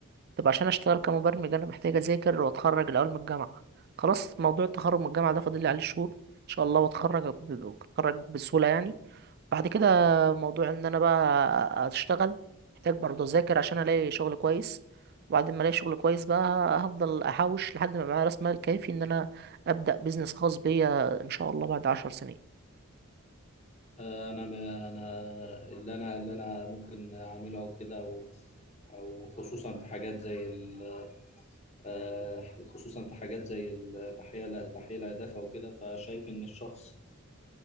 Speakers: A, on the right (about 45°); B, on the left (about 30°).
A: طب عشان اشتغل كمبرمج انا محتاج اذاكر واتخرج الاول من الجامعه خلاص موضوع التخرج من الجامعه ده فاضل لي عليه شهور ان شاء الله واتخرج ب- اتخرج بسهوله يعني بعد كده موضوع ان انا بقى اشتغل محتاج برضه اذاكر عشان الاقي شغل كويس وبعد ما الاقي شغل كويس بقى هفضل احوش لحد ما معايا راس مال كافي ان انا ابدا بيزنس خاص بيا ان شاء الله بعد عشر سنين
B: آه انا م- انا اللي انا اللي انا ممكن اعمله او كده او خصوصا في حاجات زي ال- آه، خصوصا في حاجات زي التحقيق تحقيق الاهداف او كده فشايف ان الشخص